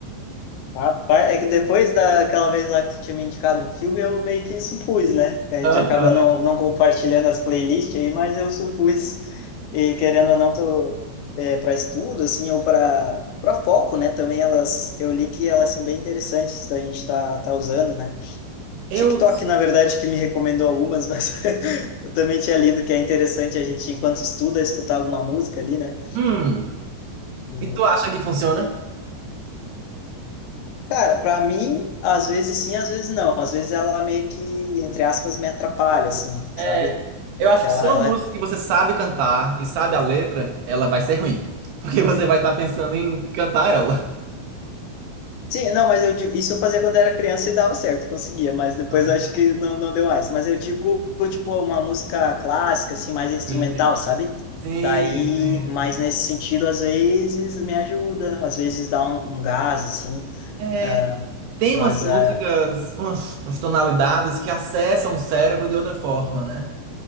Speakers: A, on the left; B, on the right.
A: Rapaz, é que depois daquela vez lá que tu tinha me indicado um filme, eu meio que supus, né? Que a
B: Aham.
A: gente acaba não, não compartilhando as playlists aí, mas eu supus, e querendo ou não, tô, é, para estudo, assim, ou para para foco, né? Também elas, eu li que elas são bem interessantes da gente tá, tá usando, né?
B: Eu.
A: TikTok, na verdade, que me recomendou algumas, mas <laughs> eu também tinha lido que é interessante a gente, enquanto estuda, escutar alguma música ali, né?
B: Hum.
A: E,
B: E tu acha que funciona?
A: cara, para mim, às vezes sim, às vezes não. Às vezes ela meio que, entre aspas, me atrapalha, assim, sabe?
B: É, Eu acho
A: Ela,
B: que se é
A: ela
B: uma música que você sabe cantar e sabe a letra, ela vai ser ruim. Porque você vai estar pensando em cantar ela.
A: Sim, não, mas eu digo, isso eu fazia quando era criança e dava certo, conseguia, mas depois
B: Ah,
A: eu acho que não, não deu mais. Mas eu digo, tipo, uma música clássica, assim, mais instrumental,
B: Entendo.
A: sabe?
B: Sim,
A: Daí,
B: sim.
A: mas nesse sentido, às vezes me ajuda, às vezes dá um, um gás, assim,
B: É,
A: ah,
B: Tem
A: mas
B: umas músicas,
A: ah,
B: umas, umas tonalidades que acessam o cérebro de outra forma, né?